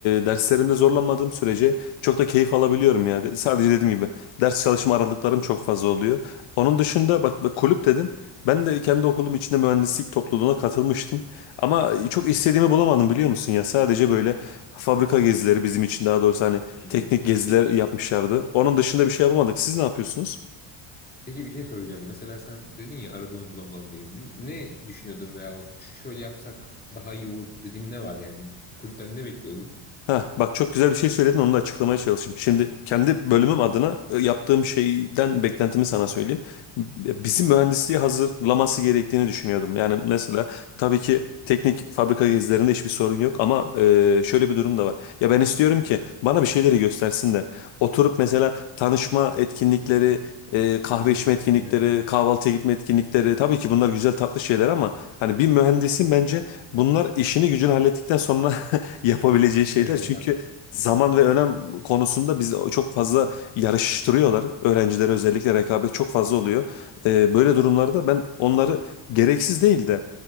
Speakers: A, on the left; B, on the left.
A: derslerimde zorlanmadığım sürece çok da keyif alabiliyorum ya. Sadece dediğim gibi ders çalışma aralıklarım çok fazla oluyor. Onun dışında bak, bak kulüp dedin. Ben de kendi okulum içinde mühendislik topluluğuna katılmıştım. Ama çok istediğimi bulamadım biliyor musun ya. Sadece böyle fabrika gezileri bizim için daha doğrusu hani
B: Hmm.
A: teknik geziler
B: Peki
A: yapmışlardı. Onun dışında bir şey yapamadık. Siz ne yapıyorsunuz?
B: Peki bir şey soracağım. Mesela sen dedin ya aradığımı bulamadın diye. N- Ne düşünüyordun veya şöyle yapsak daha iyi olur dediğin ne var yani? Kulüpten ne bekliyordun?
A: Ha, bak çok güzel bir şey söyledin onu da açıklamaya çalışayım. Şimdi kendi bölümüm adına e, yaptığım şeyden beklentimi sana söyleyeyim. Bizim mühendisliği hazırlaması gerektiğini düşünüyordum. Yani mesela tabii ki teknik fabrika gezilerinde hiçbir sorun yok ama e, şöyle bir durum da var. Ya ben istiyorum ki bana bir şeyleri göstersinler. Oturup mesela tanışma etkinlikleri, e, kahve
B: Hı hı.
A: içme etkinlikleri,
B: Evet, tamam.
A: kahvaltıya gitme etkinlikleri tabii ki bunlar güzel tatlı şeyler ama hani bir mühendisin bence bunlar işini gücünü hallettikten sonra yapabileceği şeyler.
B: evet, evet,
A: Çünkü
B: haklısın.
A: zaman ve önem konusunda bizi çok fazla yarıştırıyorlar. Öğrencilere özellikle rekabet çok fazla oluyor. Ee, böyle durumlarda ben onları gereksiz değil de